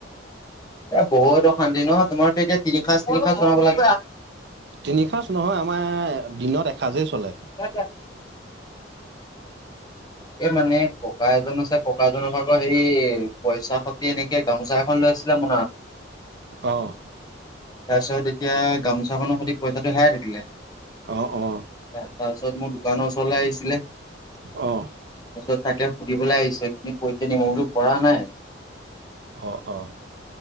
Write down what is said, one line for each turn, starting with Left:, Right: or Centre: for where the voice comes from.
Left: বত সানি ন তোমাৰোতিয়া তিনিখাতিৰিখা জননাব লাগ।
Right: তিনি সাঁজ নহয় আমাৰ দিনত এসাঁজেই চলে
Left: কতে এ মানে ককা এজন আছে ককা এজনৰ আগৰ সেই পইচা খতি এনেকে গামোচা এখন লৈ ছিল ম
Right: অহ
Left: তাৰপিছত এতিয়া গামোচাখনৰ সৈতে পইচাটো হোই থাকিলে।
Right: অ', অ
Left: তাৰপিছত মোৰ দোকানৰ চলাই আহিছিলে।
Right: অ।
Left: তাৰপিছত তাকে সুধিবলৈ আহিছে কিন্তু পইচা নি ম বোলো কৰা নাই।
Right: অ', অ